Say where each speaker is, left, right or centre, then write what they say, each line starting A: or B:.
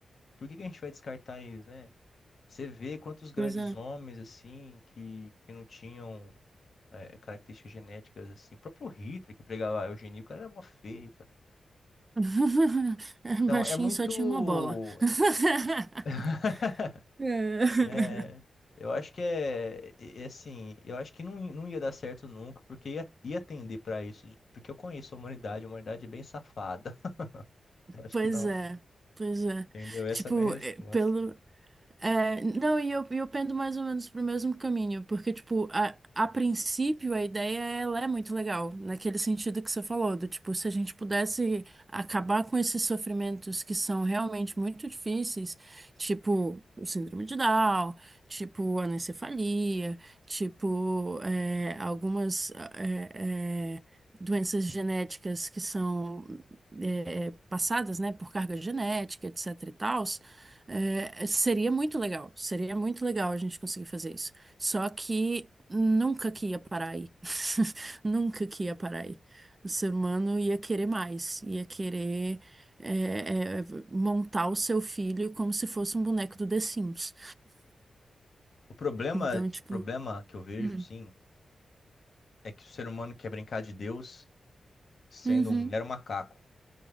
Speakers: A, on the left; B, on the right.
A: por que que a gente vai descartar eles, né? Você vê quantos grandes
B: Pois é.
A: homens assim que, que não tinham é, características genéticas assim, o próprio Hitler que pregava a eugenia, o cara era mó feio, cara.
B: <laughs>
A: Então,
B: Baixinho
A: é muito
B: só tinha uma bola. <laughs>
A: <laughs>
B: É.
A: né? Eu acho que é, é assim, eu acho que não, i- não ia dar certo nunca, porque ia, ia tender pra isso, de- porque eu conheço a humanidade, a humanidade é bem safada. <laughs> Eu acho
B: Pois
A: que não,
B: é, pois é.
A: entendeu? Essa
B: Tipo,
A: é a minha resposta.
B: é, pelo. É, não, e eu, e eu pendo mais ou menos pro mesmo caminho, porque, tipo, a, a princípio a ideia ela é muito legal, naquele sentido que você falou, do tipo, se a gente pudesse acabar com esses sofrimentos que são realmente muito difíceis, tipo o síndrome de Down, tipo anencefalia, tipo é, algumas é, é, doenças genéticas que são é, é, passadas, né, por carga genética, etc e tal. É, seria muito legal, seria muito legal a gente conseguir fazer isso. Só que nunca que ia parar aí. <laughs> Nunca que ia parar aí. O ser humano ia querer mais, ia querer é, é, montar o seu filho como se fosse um boneco do The Sims.
A: O problema,
B: Então, tipo,
A: problema que eu vejo,
B: Hum.
A: sim, é que o ser humano quer brincar de Deus sendo
B: uhum,
A: um mero macaco,